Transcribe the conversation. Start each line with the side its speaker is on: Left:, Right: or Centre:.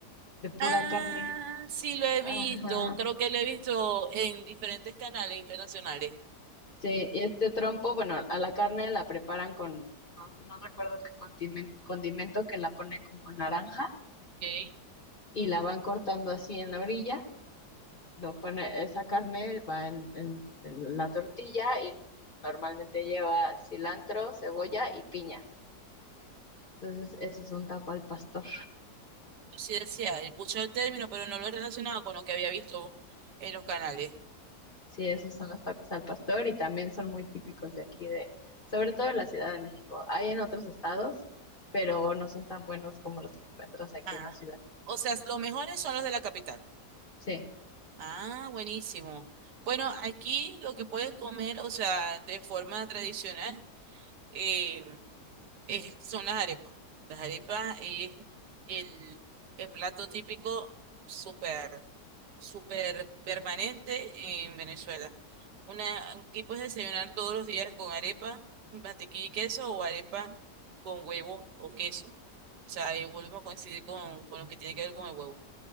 Left: de pura
Right: Ah,
Left: carne.
Right: sí lo he
Left: Ajá.
Right: visto, creo que lo he visto en diferentes canales internacionales.
Left: Sí, y este trompo, bueno, a la carne la preparan con, no, no recuerdo qué condimento, condimento que la pone como naranja
Right: Ok.
Left: y la van cortando así en la orilla lo pone, esa carne va en, en la tortilla y normalmente lleva cilantro, cebolla y piña. Entonces, ese es un taco al pastor.
Right: Sí decía, escuché el término, pero no lo he relacionado con lo que había visto en los canales.
Left: Sí, esos son los tacos al pastor y también son muy típicos de aquí de, sobre todo en la Ciudad de México. Hay en otros estados, pero no son tan buenos como los que encuentras aquí
Right: Ah,
Left: en la ciudad.
Right: o sea, los mejores son los de la capital.
Left: Sí,
Right: Ah, buenísimo. Bueno, aquí lo que puedes comer, o sea, de forma tradicional. eh, es- son las arepas. Las arepas es el, el plato típico súper, súper permanente en Venezuela. Una, aquí puedes desayunar todos los días con arepa, mantequilla y queso o arepa con huevo o queso. O sea, ahí volvemos a coincidir con, con lo que tiene que ver con el huevo.